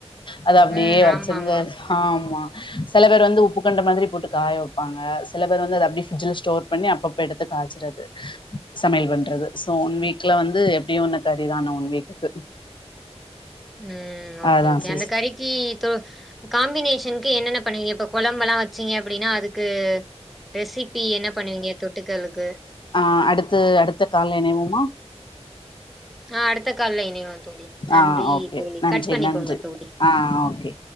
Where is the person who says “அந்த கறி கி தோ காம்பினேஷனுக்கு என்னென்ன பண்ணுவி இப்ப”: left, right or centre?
Centre